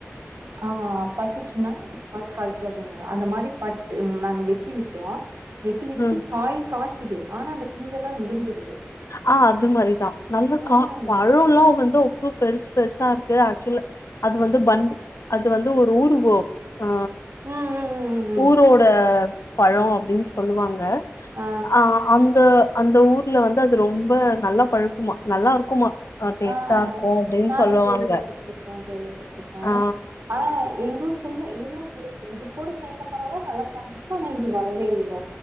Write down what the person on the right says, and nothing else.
ஆ ஆ பட்டு காய் காய்க்காது அப்டின்னாங்க அந்த மாரி பட்டு ம் நாங்க வெட்டி விட்டுவோ வெட்டிவெச்சு
காய் காய்கிது ஆனா அந்த பிஞ்செல்லா விழுந்துருது
ம்
ம் ம் ம் ம்
ஆ
ஆ
நானு
கேள்விப்பட்டிருக்கே கேள்விப்பட்டிருக்கே
ஆனா எங்க ஊர் சைட்ல எல்லா இருக்கு இது கூட சேந்தனாலதா நல்லா இப்பவு நைட்டுக்கு வரவே இல்ல